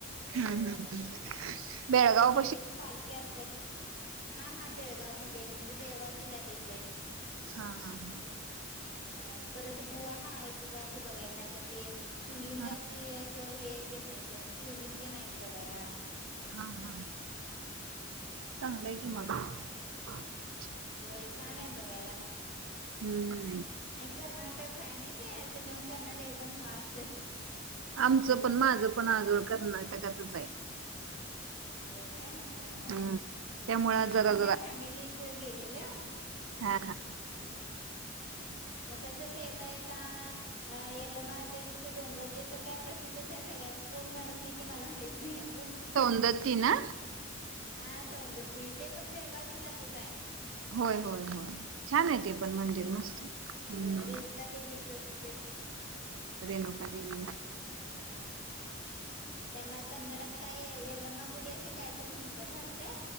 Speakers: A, on the left; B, on the right.
A: होय
B: हम्. हम्. बेळगाव
A: परत देवीची
B: पशी
A: पालखी असत्याच हा हा बेळगाव मध्ये म्हणज बेळगाव जिल्ह्यात येते
B: हा. हा. हा.
A: हं. परत गुवा हाय. तिथं असं बघायण्यासाठी शिवलिंगाची
B: हा
A: हे ते नाहीत, शिवलिंग तेन हाईत बघायला.
B: हा. हा. चांगलं
A: हम्म
B: आहे की मग. <inaudible>
A: होय छान हाय बघायला
B: हम्म
A: आणि कर्नाट टक हाय नय ते त्याच्या कन्नड एकदम फास्ट
B: आमचं पण माझं पण आजोळ कर्नाटकच च आहे
A: होय का हा हा
B: हम्म त्यामुळे
A: म
B: जरा
A: आम्ही
B: जरा
A: काय फॅमिलीच गेलेलं
B: हा हा
A: हा मग तसच येता ये ता यलमा देवीचं डोंगर ते तर काय प्रसिद्धच हाय सगळ्या कोण म्हणत नाय की मला माहीत नाही अस
B: कोणं द ती ना
A: हा सौंदती ते पण बेळगाव जिल्ह्यातच आहे.
B: होय होय होय छान आहे ते पण मंदित
A: होय.
B: मस्त
A: होय
B: हम्
A: रेणुका देवीचच
B: रेणुका देवी
A: हम् हा त्यांना कन्नडात काही यल्लमागुडी असं काय तर म्हणतात वाटत